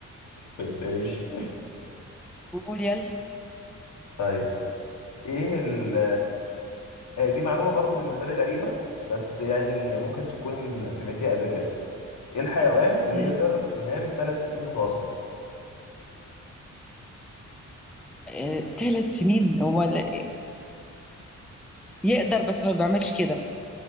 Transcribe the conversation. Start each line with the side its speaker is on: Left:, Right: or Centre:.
Left: <laughs> ماشي
Centre: قول يلا
Left: طيب ايه ال آه، دي معلومة برضو بالنسبة لي غريبة بس يعني ممكن تكون سمعتيها قبل كده ايه الحيوان اللي
Centre: مم.
Left: يقدر ينام ثلاث سنين متواصلة
Centre: آه ثلاث سنين هو ال- يقدر بس ما بيعملش كده